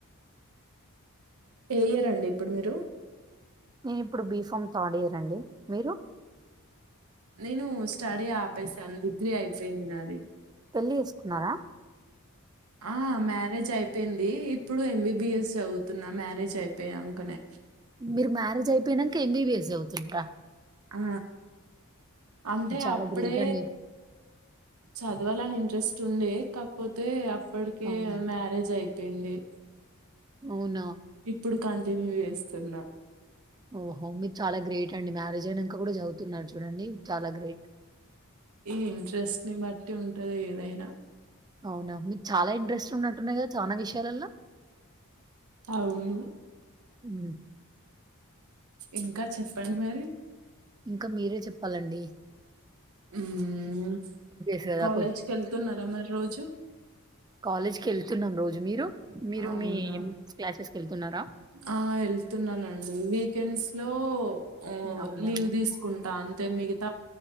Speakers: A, on the right; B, on the right.
A: ఏ ఇయర్ అండి ఇప్పుడు మీరు
B: నేన్ ఇప్పుడు బిఫామ్ థర్డ్ ఇయర్ అండి. మీరు
A: నేను స్టడీ ఆపేశాను డిగ్రీ అయిపోయింది నాది.
B: పెళ్ళి ఏస్కున్నారా
A: ఆ మ్యారేజ్ అయిపోయింది. ఇప్పుడు ఎంబిబిఎస్ చదువుతున్నా. మ్యారేజ్ అయిపోయియాంకనే
B: మీరు మ్యారేజ్ అయిపోయినంకా ఎంబిబిఎస్ చదువుతున్రా
A: ఆ అంటే
B: చాలా
A: అప్పుడే
B: గ్రేట్ అండి
A: చదవాలని ఇంట్రెస్ట్ ఉండే కాక్పోతే అప్పట్కే
B: అవును
A: మ్యారేజ్ అయి పెళ్లి
B: అవునా
A: ఇప్పుడు కంటిన్యూ చేస్తున్నా
B: ఓహో మీర్ చాలా గ్రేట్ అండి. మ్యారేజ్ అయినంకా కూడా చదువుతున్నారు చూడండి చాలా గ్రేట్
A: ఈ ఇంట్రెస్ట్ ని బట్టి ఉంటది ఏదైనా
B: అవునా మీక్ చాలా ఇంట్రెస్ట్ ఉన్నట్టున్నాయి కదా. చానా విషయాలలో
A: అవును
B: మ్మ్.
A: ఇంకా చెప్పండ్ మరి
B: ఇంకా మీరే చెప్పాలండి
A: ఊమ్
B: డేస్ కదా
A: కాలేజ్కేళ్తున్నారా మరి రోజు
B: కాలేజ్ కీ ఏళ్తున్నాం రోజ్ మీరు
A: అవునా
B: మీ ఏం క్లాసెస్కి ఏళ్తున్నారా
A: ఆ ఏళ్తున్నానండి. వీకెండ్స్ లో ఒ
B: అవునా
A: లీవ్ తీసుకుంటా అన్ తే మిగిత